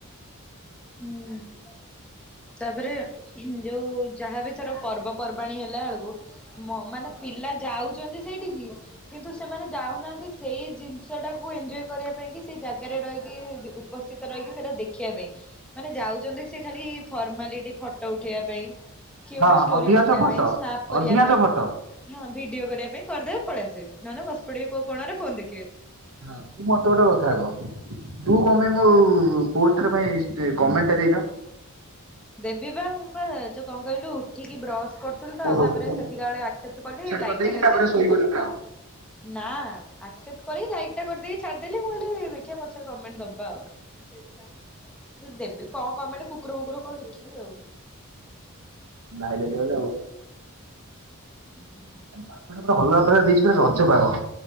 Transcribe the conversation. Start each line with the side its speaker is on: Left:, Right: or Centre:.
Centre: ହୁଁ ତାପରେ ଯୋଉ ଯାହା ବି ଥର ପର୍ବପର୍ବାଣୀ ହେଲା ଅଳୁକୁ ମ ମାନେ ପିଲା ଯାଉଚନ୍ତି ସେଇଠିକି କିନ୍ତୁ ସେମାନେ ଯାଉନାହାନ୍ତି ସେଇ ଜିନିଷଟାକୁ ଏଞ୍ଜୟ୍ କରିବା ପାଇଁ କି ସେଇ ଜାଗାରେ ରହିକି ଉ ଉପସ୍ଥିତ ରହିକି ସେଇଟୁ ଦେଖିବା ପାଇଁ। ମାନେ ଯାଉଚନ୍ତି ସିଏ ଖାଲି ଫର୍ମାଲିଟି ଫଟ ଉଠେଇବା ପାଇଁ। କିଏ
Right: ହଁ
Centre: ଗୋଟେ ଷ୍ଟୋରି
Right: ଅଧିକାଂଶ
Centre: ପକେଇବା
Right: ଫଟୋ
Centre: ପାଇଁ ସ୍ନାପ କରିବା
Right: ଅଧିକାଂଶ
Centre: ପାଇଁ।
Right: ଫଟୋ।
Centre: ହଁ ଭିଡିଓ କରିବା ପାଇଁ କରିଦେବେ ପଳିଆସିବେ। ନହେନେ ବସି ପଡ଼ିବେ କୋଉ କଣରେ ଫୋନ ଦେଖିଏ।
Right: ହଁ ତୁ ମତେ ଗୋଟେ କଥା କହ
Centre: ହୁଁ।
Right: ତୁ କମାଇଁ ମୋ ପୋ ତେତୁ କାଇଁ ଷ୍ଟେ କମେଣ୍ଟଟା ଦେଇନୁ?
Centre: ଦେବି ବା ମୁଁ ପା ଯୋଉ କଣ କହିଲୁ ଉଠିକି ବ୍ରସ୍ କରୁଥିଲି ତ‌
Right: ଓହୋ
Centre: ଆଉ ତାପରେ ସେତିକାଳେ ଆକ୍ସେପ୍ଟ କଲି ଲାଇକଟା
Right: କରିଦେଇକି
Centre: ଖାଲି
Right: ତାପରେ
Centre: ଦେଖାଦେଇଛି।
Right: ଶୋଇଗଲୁ ନା କଣ
Centre: ନାଁ ଆ ସେପରି ଲାଇକଟା କରିଦେଇକି ଛାଡ଼ିଦେଲି ମୁଁ କହି ଲିି କିଆ ପଛରେ କମେଣ୍ଟ ଦବା ଆଉ। <unintelligible> ଦେବି କଣ କମେଟ କୁକୁର ମୁୁକୁର। କଣ ଦେଖିବି ଆଉ।
Right: ଭାଇଲାଇଟ ହେଇଗଲି ଆଉ।
Centre: ହୁଁ।
Right: ଆଜି ପାଗ ଟା ପୁରା ଅଲଗା ପ୍ରକାର ଦେଇଛି। ଏଇଟା ରଜପାଗ।